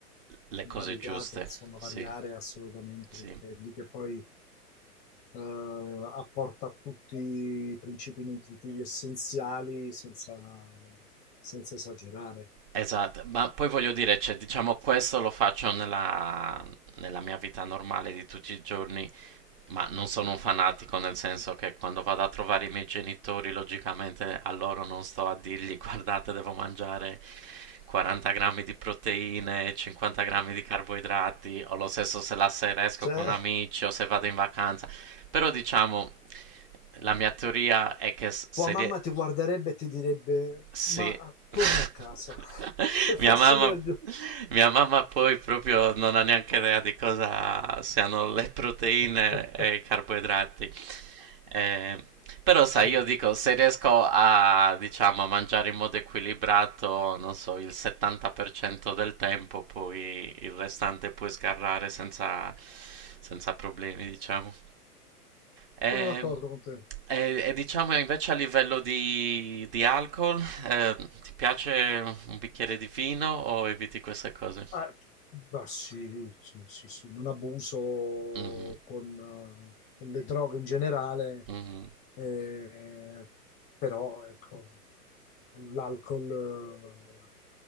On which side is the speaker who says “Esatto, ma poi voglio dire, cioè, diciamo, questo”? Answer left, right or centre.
Right